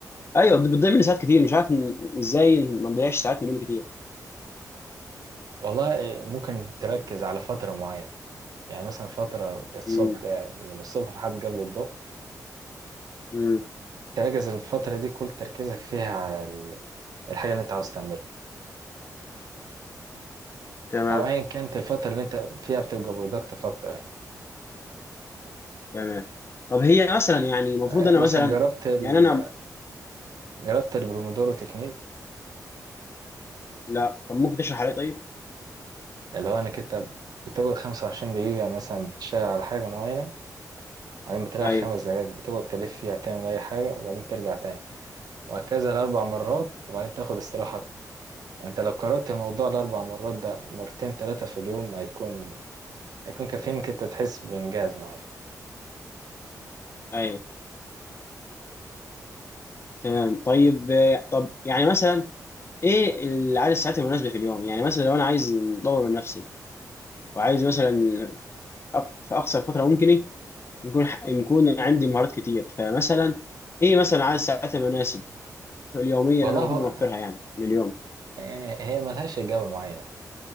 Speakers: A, on the left (about 40°); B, on the right (about 70°).
A: ايوه بيضيع مني ساعات كتير مش عارف إن- ازاي ما نضيعش ساعات من يومي كتير
B: والله إيه، ممكن تركز على فترة معينة يعني مثلا فترة الصبح
A: امم
B: لا- من الصبح لحد قبل الظهر
A: امم
B: تركز الفترة دي كل تركيزك فيها على ال- الحاجة اللي انت عاوز تعملها
A: تمام
B: أو أيا كانت الفترة اللي انت فيها بتبقى برودكتيف أكتر يعني
A: تمام طب هي مثلا يعني المفروض
B: آه،
A: انا
B: مثلا
A: مثلا
B: جربت ال...
A: يعني انا
B: جربت البرومودورو تكنيك
A: لا طب ممكن تشرح علي طيب
B: اللي هو انك انت بتقعد 25 دقيقة مثلا بتشتغل على حاجة معينة وبعدين بتريح
A: ايوه
B: خمس دقايق بتقعد تلف فيها تعمل أي حاجة وبعدين ترجع تاني وهكذا لأربع مرات وبعدين تاخد استراحة يعني انت لو كررت الموضوع الاربع مرات ده مرتين ثلاثه في اليوم هيكون هيكون كافيين انك انت تحس بانجاز معين
A: ايوه تمام طيب آه، طب يعني مثلا ايه العدد الساعات المناسبه في اليوم يعني مثلا لو انا عايز اطور من نفسي وعايز مثلا أق- في اقصر فتره ممكن إيه؟ نكون نكون عندي مهارات كتير فمثلا ايه مثلا عدد الساعات المناسب اليوميه
B: والله
A: اللي انا المفروض
B: هو
A: اوفرها يعني لليوم
B: يعني هي ملهاش اجابه معينه